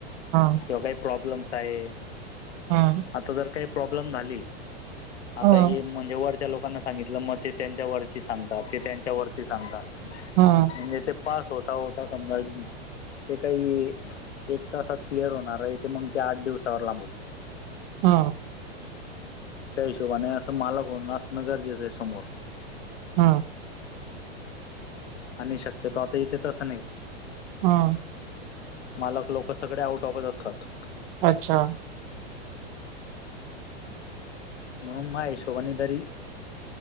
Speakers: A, on the right; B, on the left.
A: हा.
B: किंवा काही प्रॉब्लेम्स आहे.
A: हा.
B: आता जर काही प्रॉब्लेम झाले आता
A: हा
B: हे म्हणजे वरच्या लोक <unintelligible> सांगितलं मग ते त्यांच्या वरती सांगतात ते त्यांच्या वरती सांगतात.
A: हा.
B: म्हणजे ते पास होता होता <unintelligible> ते काही एक तासात क्लिअर होणार आहे ते मग ते आठ दिवसावर लांबवतं.
A: हा.
B: त्या हिशोबाने असं मालक होणं असणं गरजेचं आहे समोर.
A: हा.
B: आणि शक्यतो आता इथे तसं नाही.
A: हा.
B: मालक लोकं सगळे आउट ऑफचं असतात.
A: अच्छा.
B: म- माझ्या हिशोबाने तरी